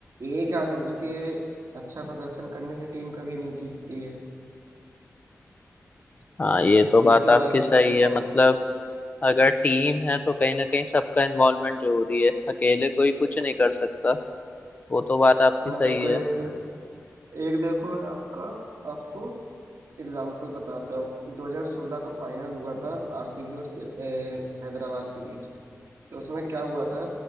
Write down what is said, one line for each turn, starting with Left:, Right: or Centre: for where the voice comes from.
Right: एक आदमी के अच्छा प्रदर्शन करने से टीम कभी नहीं जीतती है
Left: हाँ ये तो बात
Right: जैसे
Left: आपकी
Right: भाई
Left: सही
Right: देखो
Left: है मतलब अगर टीम है तो कहीं ना कहीं सबका इन्वॉल्वमेंट जरूरी है अकेले कोई कुछ नहीं कर सकता वो तो बात
Right: अ,
Left: आपकी
Right: मैं
Left: सही
Right: देखो
Left: है
Right: एक एक देखो मैं आपका आपको एग्जाम्पल बताता हूँ 2016 का फाइनल हुआ था आरसीबी और से- ए, हैदराबाद के बीच तो उसमें क्या हुआ था